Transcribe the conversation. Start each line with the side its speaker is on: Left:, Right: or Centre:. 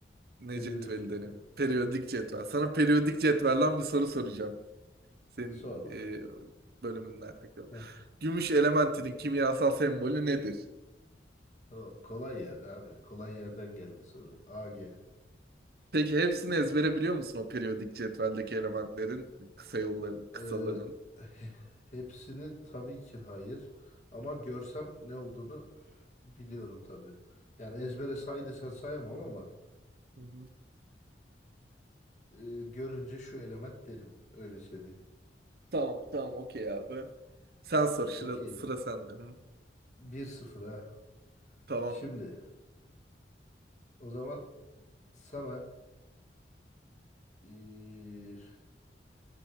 Right: Ne
Left: Periyodik
Right: cetveli
Left: cetvel.
Right: denen? Periyodik cetvel. Sana periyodik cetvelden bir soru soracağım. Senin
Left: Sor bakalım.
Right: eee bölümünden. alakalı.
Left: Heh,
Right: Gümüş elementinin kimyasal sembolü nedir?
Left: o Kolay yer abi. Kolay yerden geldi soru. AG.
Right: Peki hepsini ezbere biliyor musun o periyodik cetveldeki elementlerin, kısa yolların, kısaların?
Left: Eee, he- hepsini tabii ki hayır. Ama görsem ne olduğunu biliyorum tabii. Yani ezbere say desen sayamam ama
Right: Hı hı.
Left: eee, görünce şu element derim. Öyle söyleyeyim.
Right: Tamam, tamam, okey abi. Sen sor, sıra,
Left: Okey.
Right: sıra sende. Hı,
Left: bir sıfır ha.
Right: Tamam.
Left: Şimdi o zaman sana eee,